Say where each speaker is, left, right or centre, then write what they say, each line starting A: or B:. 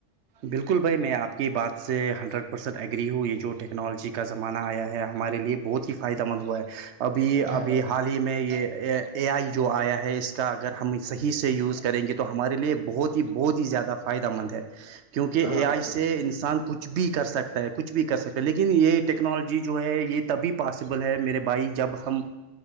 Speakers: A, on the right; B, on the right.
A: بالکل بھائی میں آپ کی بات سے ہنڈریڈ پرسینٹ ایگری ہوں یہ جو ٹیکنالوجی کا زمانہ آیا ہے ہمارے لیے بہت ہی فائدہ مند ہوا ہے ابھی
B: کچھ
A: ابھی
B: ہاں بھائی
A: حال ہی میں یہ اے آئی جو آیا ہے اس کا اگر ہم صحیح سے یوز کریں گے تو ہمارے لیے بہت ہی بہت ہی زیادہ فائدہ مند ہے کیونکہ
B: ہاں
A: اے
B: بھائی
A: آئی سے انسان کے کچھ بھی کر سکتا ہے کچھ بھی کر سکتا لیکن یہ ٹیکنالوجی جو ہے یہ تبھی پاسبل ہے میرے بھائی جب ہم